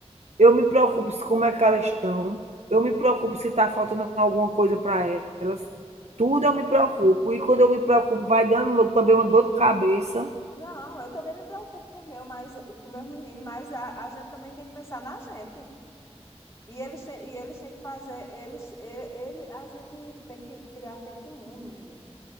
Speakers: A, on the right; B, on the left.
A: Eu me preocupo se como é que elas estão. Eu me preocupo se está faltando alguma coisa para elas. Tudo eu me preocupo. E quando eu me preocupo, vai dando lo- também uma dor de cabeça.
B: Não, eu também me preocupo com o meu, mas com meus meninos, mas a, a gente também tem que pensar na gente. E eles têm, e eles têm que fazer, eles, ele, ele- a gente tem que criar filho para o mundo, mulher.